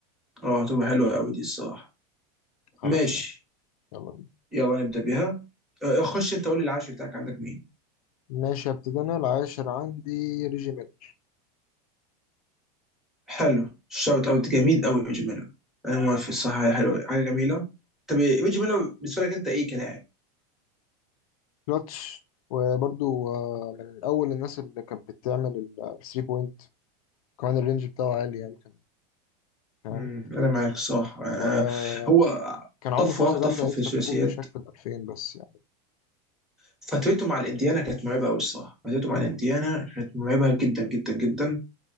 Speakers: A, in the centre; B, on the left.
A: اه هتبقى حلوه قوي دي الصراحه
B: خلاص
A: ماشي
B: ماشي يلا
A: يلا نبدا بيها آه، آه، خش انت قول لي العاشر بتاعك عندك مين
B: ماشي هبتدي انا العاشر عندي ريجي ميلر
A: حلو شوت اوت جميل قوي يا ريجي ميلر انا موافق صح حلو حاجه جميله طب ريجي ميلر بالنسبه لك انت ايه كلاعب
B: كلاتش وبرضو آه، من اول الناس اللي كانت بتعمل الثري بوينت كمان الرينج بتاعه عالي يعني كان فاهم
A: امم انا معاك الصراحه آه،
B: ويعني
A: آه، هو
B: كان عنده
A: طفره
B: فرصة
A: طفره
B: جامدة يكسب
A: في الثلاثيات
B: كوبي وشاك في ال 2000 بس يعني
A: فترته مع الانديانا كانت مرعبه قوي الصراحه فترته
B: امم
A: مع الانديانا كانت مرعبه جدا جدا جدا